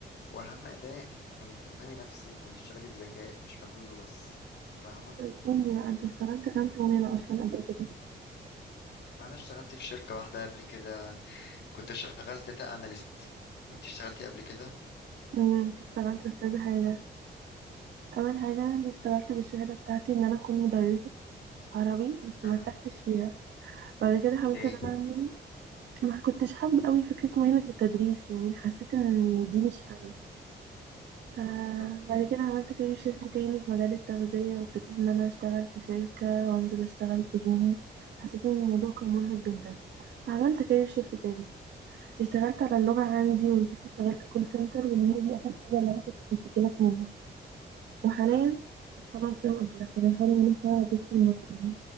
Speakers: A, on the left; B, on the right.
A: وأهم أداة إنك تفهمي نفسك وتشتغلي بذكاء مش مجهود وبس فاهمة؟
B: طب قولي بقى أنت اشتغلت كام شغلانة أصلا قبل كده؟
A: أنا اشتغلت في شركة واحدة قبل كده كنت شغال داتا أناليست انت اشتغلتي قبل كده؟
B: أمم اشتغلت في كذا حاجة أول حاجة أنا اشتغلت بالشهادة بتاعتي إن أنا أكون مدرسة عربي بس
A: امم
B: مرتحتش فيها بعد كده حاولت
A: ليه؟
B: إن أنا أعمل ما كنتش حابة أوي فكرة مهنة التدريس يعني حسيت إن
A: امم
B: دي مش أنا فبعد
A: اوكي
B: كده عملت كارير شيفت تاني في مجال التغذية وابتديت ان انا اشتغل في شركة وانزل اشتغل في جيم حسيت ان الموضوع كان مرهق جدا فعملت كارير شيفت تالت اشتغلت على اللغة عندي ونزلت اشتغلت كول سنتر وان هي دي اخر حاجة اللي انا كنت مشتكلة منها وحاليا
A: امم
B: خلاص زي ما قلت لك يعني بحاول ان انا اشتغل على ديجيتال ماركتنج